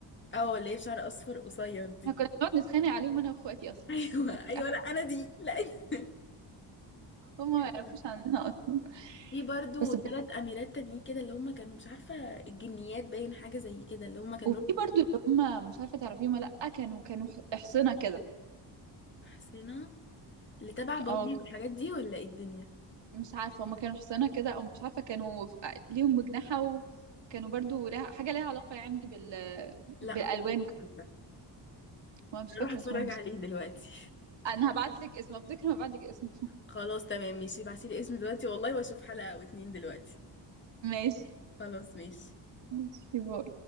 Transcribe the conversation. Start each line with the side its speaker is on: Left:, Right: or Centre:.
Left: اه اللي هي بشعر اصفر قصير دي
Right: احنا كنا بنقعد نتخانق عليهم انا واخواتي
Left: <laughs>
Right: اصلا
Left: ايوه
Right: كانت
Left: ايوه لا انا دي لا <laughs>
Right: هم ما
Left: أيوة.
Right: يعرفوش عننا اصلا
Left: في برضو
Right: بس
Left: ثلاث
Right: بجد
Left: اميرات تانيين كده اللي هم كانوا مش عارفه الجنيات باين حاجه زي كده اللي هم كانوا
Right: وفي برضو اللي هم مش عارفه تعرفيهم ولا لا كانوا كانوا ح- حصنه كده
Left: حسنا اللي تبع باربي
Right: اه ك-
Left: والحاجات دي ولا ايه الدنيا
Right: مش عارفه هم كانوا حصنه كده او مش عارفه كانوا ف- ليهم مجنحه وكانوا برضو لها حاجه ليها علاقه يعني بال
Left: لا
Right: بالالوان
Left: ما اتفرجتش
Right: وكده
Left: على ده
Right: وانا مش فاكره
Left: هروح اتفرج
Right: اسمهم بس
Left: عليه دلوقتي
Right: انا هبعت لك اسم افتكر هبعت لك اسمه <laughs>
Left: خلاص تمام ماشي ابعتيلي اسم دلوقتي والله واشوف حلقة او اتنين دلوقتي
Right: ماشي
Left: خلاص ماشي
Right: ماشي باي.